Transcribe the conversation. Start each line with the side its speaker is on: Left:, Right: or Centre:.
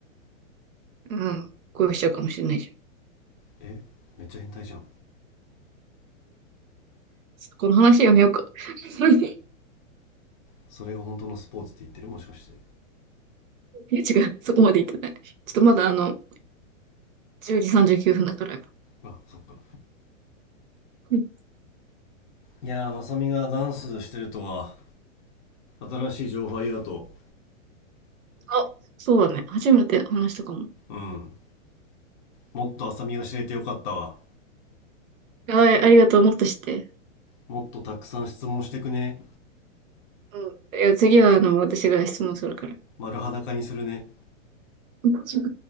Right: うん。恋しちゃうかもしれないじゃん。
Left: えめっちゃ変態じゃん。
Right: この話やめようか。<laughs>
Left: それが本当のスポーツって言ってるもしかして。
Right: いや違う。そこまで言ってない。ちょっとまだあの、10時39分だから。
Left: あ、そっか。
Right: うん
Left: いやー、まさみがダンスしてるとは、新しい情報ありがと
Right: あ、そうだね。初めて話したかも。
Left: う。うん。もっとあさみが知れてよかったわ。
Right: あ、ありがとう。もっとして。
Left: もっとたくさん質問してくね。
Right: うん。いや、次はあの、私が質問するから。
Left: 丸裸にするね。
Right: うんちょっ